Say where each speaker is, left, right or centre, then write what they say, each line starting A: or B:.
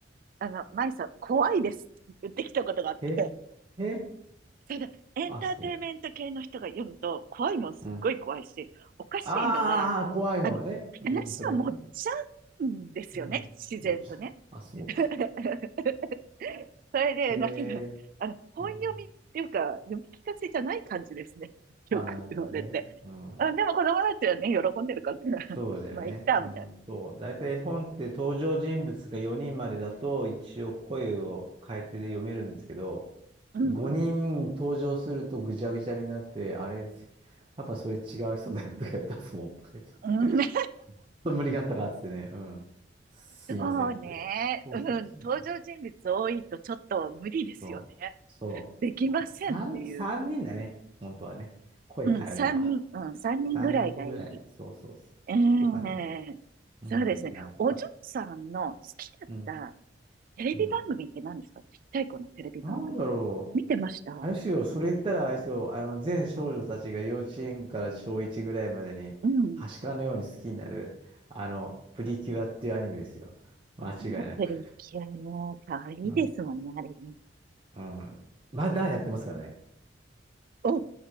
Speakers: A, on the right (about 50°); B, on the right (about 30°).
A: あの、舞さん、怖いですって言ってきたことがあって、
B: え、え、
A: それで、エンターテインメント系の人が読むと、
B: あ、そ
A: 怖いもんすっごい怖いし、
B: う。うん。
A: おかしいのは、
B: ああ、怖いのはね。
A: あの、
B: うん、
A: 話を持っちゃうんですよね、
B: それはね。うん。
A: 自然とね。
B: もちろんあ、そう。
A: <laughs> <laughs> それで、
B: <laughs> え
A: なんか、あの、本読みっていうか、
B: ー、うん。
A: 読み聞かせじゃない感じですね。<laughs> よく言われて。
B: あ、なるほどね。うん。
A: あ、でも子供たちはね、喜んでるから、<laughs>
B: そうだよね。
A: まあ、いっか、
B: うん、
A: みたい
B: そう。大体絵本って登場人物が4人までだと一応声を変えてで読めるんですけど、
A: な。うんうん。
B: 5人登場するとぐちゃぐちゃになって、あれ、パパそれ違う人だよとか言われたすもんとか言って、ちょ
A: うん <laughs>
B: っと無理があったからっつってね、うん。すいませんとか言って。
A: そうね。
B: そうそうそうそう。
A: うん。登場人物多いとちょっと無理ですよね。
B: そう。そ
A: できませんっていう。
B: う。3、三人だね。本当はね。声変えるのは。
A: うん。三人、うん。三人ぐらいがいい。
B: 3人ぐらい。そうそうそう。
A: ええ
B: とかね。うん、
A: そうですね。
B: なんか。
A: お嬢さんの好きだった
B: うん。
A: テレビ番組って何ですかちっちゃい子のテレビ番組。
B: うんなんだろう。
A: 見てました
B: あれですよ、それ言ったらあれですよ、あの、全少女たちが幼稚園から小1ぐらいまでに、
A: うん。
B: はしかのように好きになる、あの、プリキュアっていうアニメですよ。間違いなく。
A: アプリキュアも可愛いですもんね、
B: うん。
A: あれね。
B: うん。まだやってますからね。
A: お、